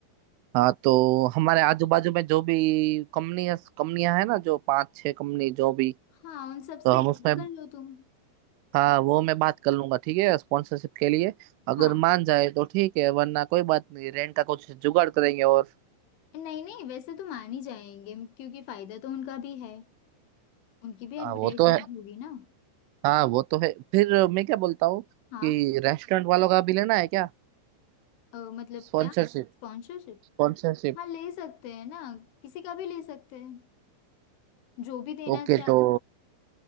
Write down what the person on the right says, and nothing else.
हाँ तो हमारे आजू बाजू में जो भी कंपनियां कंपनियां है ना जो पांच छह कंपनी जो भी
तो
हम उसमें
हाँ वो मैं बात कर लूंगा ठीक है स्पॉन्सरशिप के लिए अगर
मान जाए तो ठीक है वरना कोई बात नहीं रेंट का कुछ जुगाड़ करेंगे और
हाँ वो तो है
हाँ वो तो है फिर मैं क्या बोलता हूँ
कि रेस्टोरेंट वालों का भी लेना है क्या
स्पॉन्सरशिप
स्पॉन्सरशिप
ओके
तो